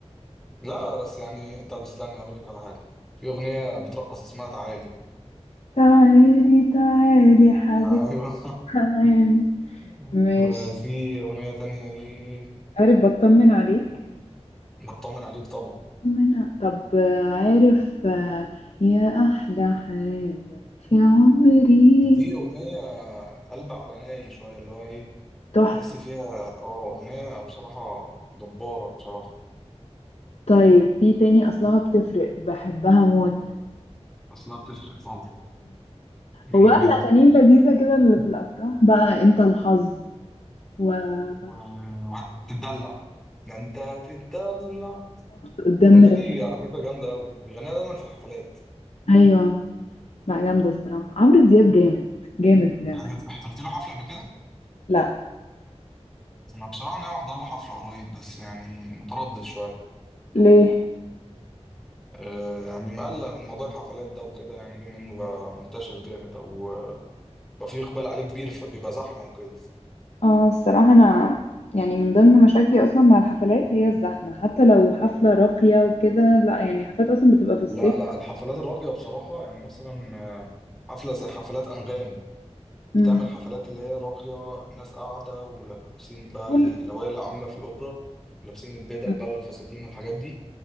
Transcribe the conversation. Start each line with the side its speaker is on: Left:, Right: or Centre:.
Centre: لا بس يعني طب استنى اقول لك على حاجه في اغنيه بترقص اسمها تعالي
Left: تعالي تعالي يا حبيبي
Centre: ايوه
Left: تعالي
Centre: <laughs>
Left: ماشي
Centre: وفي اغنيه تانية ايه
Left: عارف بطمن عليك
Centre: بطمن عليك طبعا
Left: من طب آه، عارف آه، يا احلى حاجة في عمري
Centre: دي أغنية قلب على ناي شوية اللي هو إيه
Left: تحفة
Centre: تحس فيها اه أغنية بصراحة جبارة بصراحة
Left: طيب في تاني اصلها بتفرق بحبها موت
Centre: أصلها بتفرق طبعا جامدة
Left: هو بقى
Centre: جدا
Left: الأغاني اللذيذة كده اللي في الأفراح بقى أنت الحظ وربط
Centre: و... وهتتدلع ده أنت هتتدلع
Left: قدام
Centre: الأغنية
Left: مراية
Centre: دي على فكرة جامدة أوي بيغنيها دايما في الحفلات
Left: أيوة لا جامدة الصراحة عمرو دياب جامد جامد بجد
Centre: أنت حضرت حضرت له حفلة قبل كده؟
Left: لا
Centre: أنا بصراحة ناوي أحضر له حفلة قريب بس يعني متردد شوية
Left: ليه
Centre: أه يعني مقلق من موضوع الحفلات ده وكده يعني بما إنه بقى منتشر جامد أو آه، بقى فيه إقبال عليه كبير فبيبقى زحمة وكده
Left: اه الصراحة أنا يعني من ضمن مشاكلي أصلا مع الحفلات هي الزحمة حتى لو حفلة راقية وكده لا يعني حفلات أصلا بتبقى في الصيف
Centre: لا لا الحفلات الراقية بصراحة يعني مثلا آه، حفلة زي حفلات أنغام بتعمل
Left: أمم.
Centre: حفلات اللي هي راقية الناس قاعدة ولابسين بقى
Left: طول
Centre: اللوايا اللي عاملة في الأوبرا ولابسين البدل
Left: أمم.
Centre: بقى والفساتين والحاجات دي